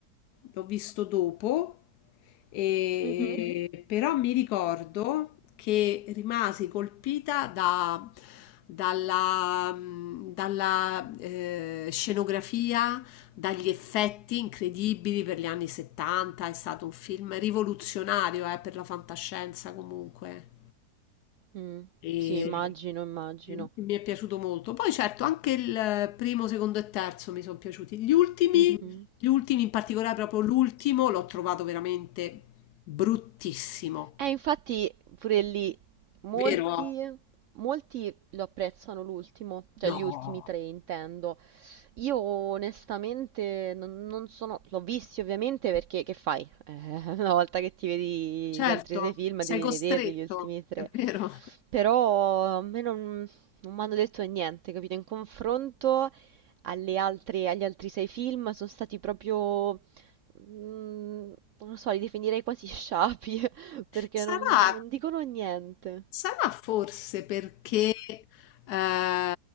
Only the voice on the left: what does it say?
l'ho visto dopo, e-
Mhm. però mi ricordo che rimasi colpita da- dalla, dalla, eh, scenografia dagli effetti incredibili per gli anni 70, è stato un film rivoluzionario, eh, per la fantascienza comunque.
E...
e Mi è piaciuto molto. Poi certo, anche il primo, secondo e terzo mi sono piaciuti. Gli ultimi,
gli ultimi, in particolare proprio l'ultimo, l'ho trovato veramente bruttissimo.
Vero?
No.
Certo,
sei
costretto,
è vero.
Sarà
Sarà forse perché eh,